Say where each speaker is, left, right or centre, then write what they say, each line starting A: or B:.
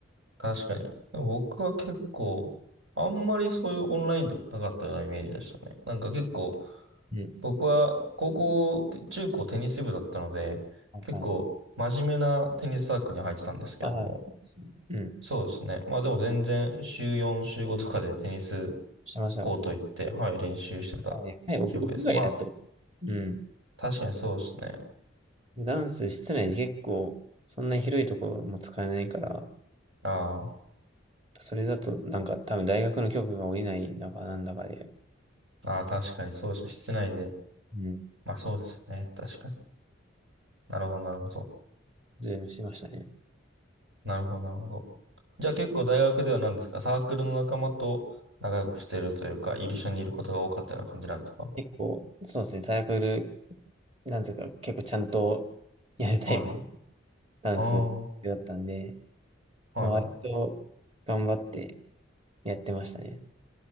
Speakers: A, on the right; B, on the right.
A: 確かに。でも僕は結構、あんまりそういうオンラインとかなかったようなイメージでしたね。なんか結構、
B: うん。
A: 僕は高校、て中高テニス部だったので、
B: はいはい。
A: 結構真面目なテニスサークルに入ってたんですけれども。
B: ああ、うん。
A: そうですね。まあでも全然週4、週5とかでテニス
B: してましたよ。
A: コート行って、はい、練習してた記憶です。
B: はい。はい、屋屋外だと。
A: まあ、
B: うん。
A: 確かにそうですね。
B: ダンス室内で結構、そんな広いところも使えないから、
A: あ
B: それだとなんか多分大学の許可が下りないんだかなんだかで、
A: あ、ああ、確かにそうですね。室内で。
B: うん、
A: まあそうですよね。確かに。なるほど、なるほど。
B: ズームしてましたね。
A: なるほど、なるほど。じゃあ結構大学では何ですかサークルの仲間と仲良くしてるというか、一緒にいることが多かったような感じなんですか
B: 結構、そうですね、サークル、なんていうか結構ちゃんとやるタイプの
A: はい。
B: <laughs> ダンスだったんで、
A: ああ、はいは
B: まあ割と頑張ってやってましたね。